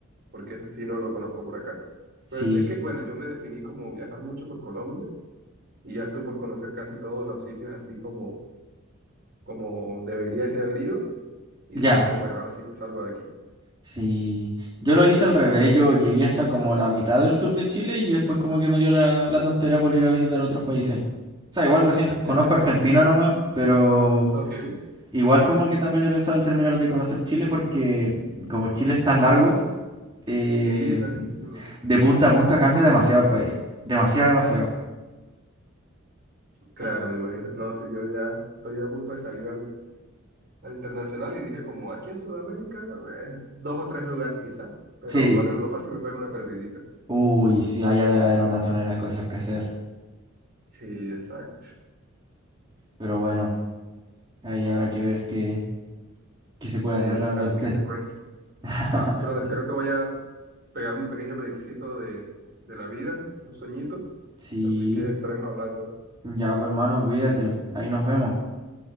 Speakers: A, on the right; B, on the right.
A: porque ese sí no lo conozco por acá.
B: Sí,
A: Pues es que, bueno, yo me definí como viajar mucho por Colombia y ya estoy por conocer casi todos los sitios así como, como debería haber ido y dije
B: ya,
A: como, bueno, ahora sí me salgo de aquí.
B: sí. Yo lo hice al revés, yo llegué hasta como la mitad del sur de Chile y después como que me dio la, la tontera por ir a visitar otros países. O sea, igual recién
A: <laughs>
B: conozco Argentina nomás, pero
A: Ok.
B: igual como que también he pensado en terminar de conocer Chile porque como Chile es tan largo, eh,
A: Sí, es larguísimo.
B: De punta a punta cambia demasiado el país. Demasiado, demasiado.
A: Claro, me imagino. No, si yo ya estoy a punto de salir al, al internacional y dije como aquí en Sudamérica, eh, dos o tres lugares quizá, pero
B: Sí.
A: para Europa sí me pego una perdidita.
B: Uy, sí, allá debe haber una tonelada de cosas que hacer.
A: Sí, exacto.
B: Pero bueno, ahí habrá que ver qué, qué se puede
A: Sí,
B: hacer
A: a
B: realmente.
A: ver qué se cuece.
B: <laughs>
A: Va, brother, creo que voy a pegarme un pequeño breakcito de, de la vida, un sueñito,
B: Sí.
A: así que estaremos hablando.
B: Ya, pues, hermano, cuídate. Ahí nos vemos.